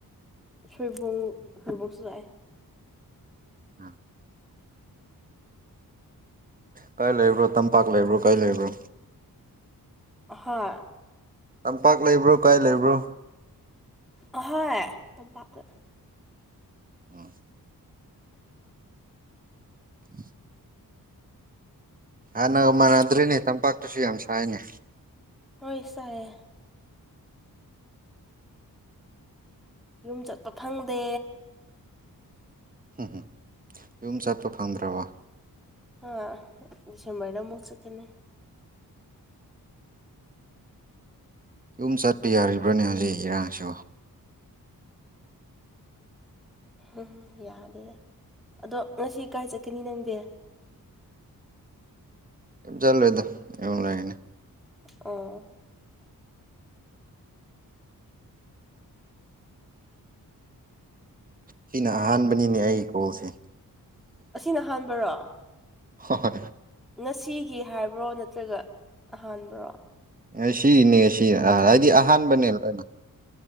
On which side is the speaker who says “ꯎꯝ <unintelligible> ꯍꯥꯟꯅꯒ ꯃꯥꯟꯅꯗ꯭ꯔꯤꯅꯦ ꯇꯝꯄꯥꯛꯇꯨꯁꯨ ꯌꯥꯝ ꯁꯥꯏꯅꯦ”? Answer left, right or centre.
Right